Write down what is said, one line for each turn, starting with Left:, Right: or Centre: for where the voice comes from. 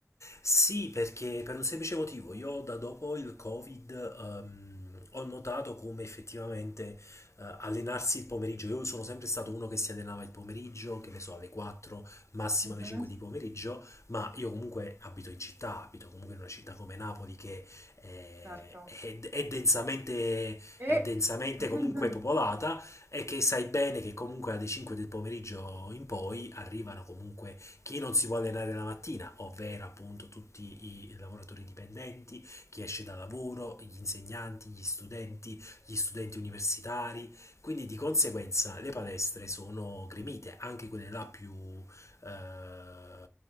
Left: Sì, perché per un semplice motivo, io da dopo il Covid ehm, ho notato come effettivamente eh, allenarsi il pomeriggio, io sono sempre stato uno che si allenava il pomeriggio, che ne so, alle 4, massimo
Right: Mhm.
Left: alle 5 di pomeriggio, ma io comunque abito in città, abito comunque in una città come Napoli che eh,
Right: Certo.
Left: è, è densamente,
Right: E...
Left: è densamente
Right: <laughs>
Left: comunque popolata e che sai bene che comunque alle 5 del pomeriggio in poi arrivano comunque chi non si può allenare la mattina, ovvero appunto tutti i lavoratori dipendenti, chi esce da lavoro, gli insegnanti, gli studenti, gli studenti universitari, quindi di conseguenza le palestre sono gremite, anche quelle là più, eh,